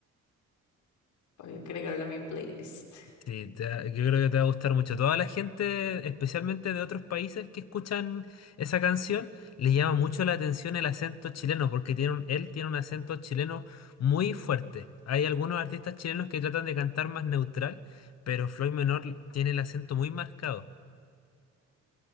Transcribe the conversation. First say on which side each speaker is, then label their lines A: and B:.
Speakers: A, on the left (about 75°); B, on the left (about 55°).
A: Voy a agregarlo a mi playlist.
B: Sí, te va- yo creo que te va a gustar mucho. Toda la gente, especialmente de otros países que escuchan esa canción, les llama mucho la atención el acento chileno, porque tiene un- él tiene un acento chileno muy fuerte. Hay algunos artistas chilenos que tratan de cantar más neutral, pero Floyd Menor tiene el acento muy marcado.